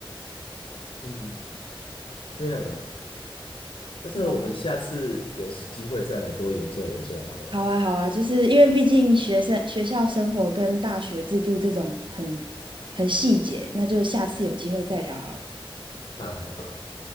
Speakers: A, on the left; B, on the right.
A: 嗯，这样啊。那这个我们下次有机会再来多研究研究好了。
B: 慢慢看。好啊，好啊，就是因为毕竟学生学校生活跟大学制度这种很很细节，那就下次有机会再聊好了。
A: 好好好。